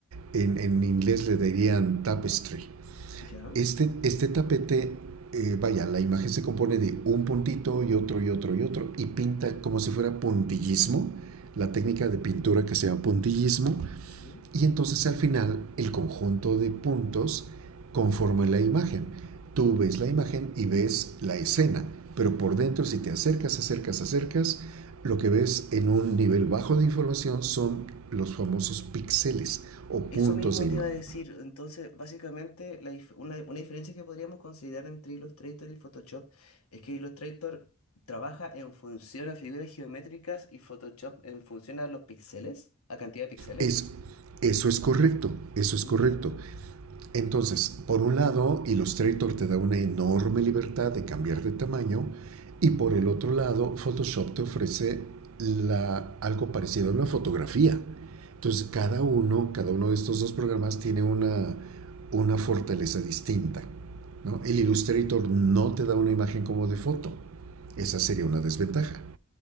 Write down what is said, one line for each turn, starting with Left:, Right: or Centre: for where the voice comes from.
Right: En, en inglés le dirían tapestry.
Left: ¿Ya?
Right: Este, este tapete, eh, vaya, la imagen se compone de un puntito y otro y otro y otro, y pinta como si fuera puntillismo, la técnica de pintura que se llama puntillismo
Left: ¿Sí?
Right: y entonces al final el conjunto de puntos conforma la imagen. Tú ves la imagen y ves la escena, pero por dentro si te acercas, acercas, acercas, lo que ves en un nivel bajo de información son los famosos píxeles o puntos
Left: Eso mismo
Right: de imagen.
Left: te iba a decir, entonces básicamente la dif- una, una diferencia que podríamos considerar entre Illustrator y Photoshop es que Illustrator trabaja en función a figuras geométricas y Photoshop en función a los píxeles, a cantidad de píxeles.
Right: Es, eso es correcto, eso
Left: Mira
Right: es correcto.
Left: tú.
Right: Entonces, por un lado, Illustrator te da una enorme libertad de cambiar de tamaño y por el otro lado, Photoshop te ofrece la, algo parecido a una fotografía. Entonces, cada uno, cada uno de estos dos programas tiene una, una fortaleza distinta. ¿no? El Illustrator no te da una imagen como de foto. Esa sería una desventaja.